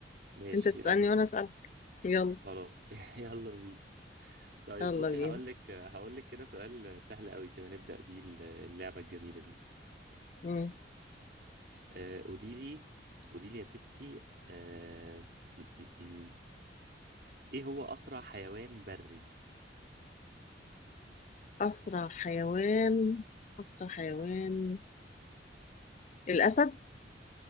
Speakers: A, on the right (about 55°); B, on the left (about 40°).
A: ماشي
B: انت تسألني
A: يلا
B: وانا أسألك يلا
A: خلاص <laughs> يلا بينا طيب
B: يلا
A: بصي
B: بينا
A: هقول لك هقول لك كده سؤال سهل قوي كده نبدأ بيه اللعبة الجميلة دي
B: مم.
A: آه، قولي لي قولي لي يا ستي آه، م- م- م. ايه هو أسرع حيوان بري
B: اسرع حيوان اسرع حيوان الاسد